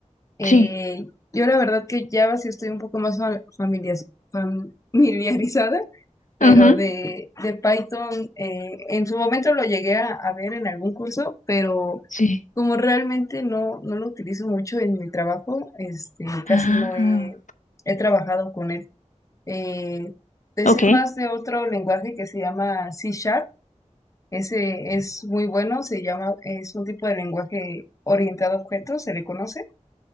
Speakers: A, on the left; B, on the left.
A: Eh,
B: Sí,
A: yo la verdad que Java sí estoy un poco más fa- familias- familiarizada pero
B: ajá,
A: de, de Python eh, en su momento lo llegué a, a ver en algún curso, pero
B: sí.
A: como realmente no, no lo utilizo mucho en mi trabajo, este,
B: Ah,
A: casi no he, he trabajado con él. Eh, te
B: ok.
A: sé más de otro lenguaje que se llama C Sharp. Ese es muy bueno, se llama, es un tipo de lenguaje orientado a objetos, se le conoce.